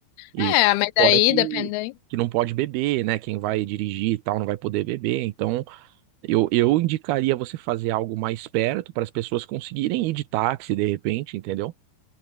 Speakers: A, on the right; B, on the left.
A: E
B: É, mas daí
A: fora que,
B: dependendo.
A: que não pode beber, né? Quem vai dirigir e tal não vai poder beber. Então, eu, eu indicaria você fazer algo mais perto para as pessoas conseguirem ir de táxi, de repente, entendeu?